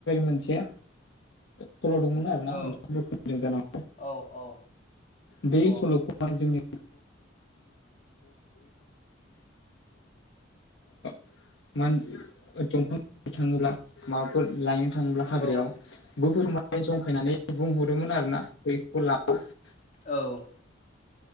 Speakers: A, on the left; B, on the left.
A: मोनसे खलाव दंमोन आरोना
B: औ
A: नोंथां <unintelligible> बो खोनादों जाना <unintelligible>
B: औ औ।
A: बे सल'खौहाय
B: औ
A: जोंनि <unintelligible> मा दंफां थाङोब्ला माबाफोर लायनो थाङोब्ला
B: दङ
A: हाग्रायाव
B: दङ
A: बोहोर माने जंखायनानै बुंहरोमोन आरोना बैखौ <unintelligible>
B: औ।